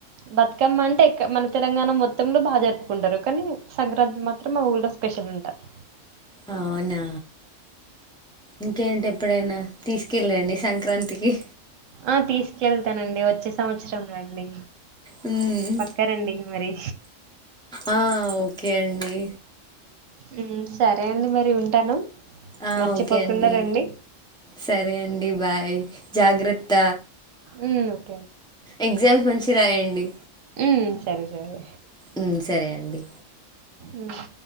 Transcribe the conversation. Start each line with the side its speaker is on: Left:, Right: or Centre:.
Right: బతుకమ్మ అంటే ఇక్కా మన తెలంగాణ మొత్తంలో బాగ జరుపుకుంటారు కానీ సంక్రాంతి మాత్రం మా ఊర్లో స్పెషల్ ఉంటారు
Centre: అవునా ఇక్కెంటి ఎప్పుడైనా తీసుకెళ్ళండి సంక్రాంతికి
Right: ఆ తీసుకెళ్తానండి వచ్చే సంవత్సరం రండి
Centre: హ్మ్.
Right: పక్కారండి మరి
Centre: ఆ ఓకే అండి
Right: ఉమ్ సరే అండి మరి ఉంటాను
Centre: ఆ!
Right: మర్చిపోకుండా
Centre: ఓకే అండి.
Right: రండి
Centre: సరే అండి బాయ్ జాగ్రత్త
Right: ఊమ్
Centre: ఎగ్జామ్స్ మంచిగ రాయండి
Right: ఉమ్ సరే సరే.
Centre: ఉమ్ సరే అండి.
Right: ఊమ్.